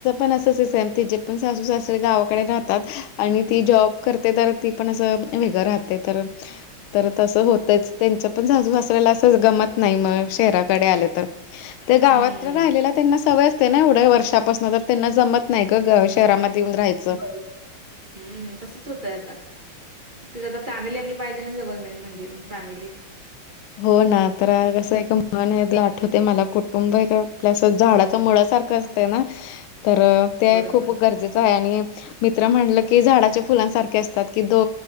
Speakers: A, on the left; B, on the right.
A: ण अस तिे पण सासू सासरे गावाकडे राहतात आणि ती जॉब करते तर ती पण असं वेगळं राहतय तरण <unintelligible> तर तसं होतंच त्यांच्या पण झाजू मसरायला असं गमत नाही मग शहराकडे आले तर ते गावात
B: हं,
A: राहिलेला त्यांना सवय एवढे वर्षापासून तर त्यांना जमत नाही शहरा येऊन राहायच.
B: बरोबर हम्म तसच होतंय आता. ते आता फॅमिली आपली पाहिजे ना सबल मेन म्हणजे पण फॅमिली
A: हो ना तर कसं एक मन आठवते मला कुटुंब आहे आपल्यासं झाडाच मुळा सारखं ना तर ते
B: बरोबर.
A: खूप गरजेचं आहे आणि मित्र म्हटलं की झाडाच्या फुलांसारखे असतात की दो